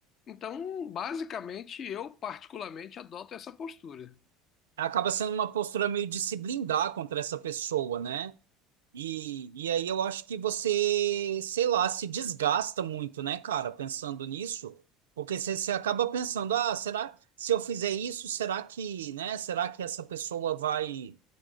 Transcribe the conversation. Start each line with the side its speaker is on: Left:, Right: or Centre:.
Left: Então, basicamente, eu particularmente adoto essa postura.
Right: Acaba sendo uma postura meio de se blindar contra essa pessoa, né? E, e aí eu acho que você, sei lá, se desgasta muito, né, cara, pensando nisso, porque você, você acaba pensando, ah, será, se eu fizer isso, será que, né, será que essa pessoa vai,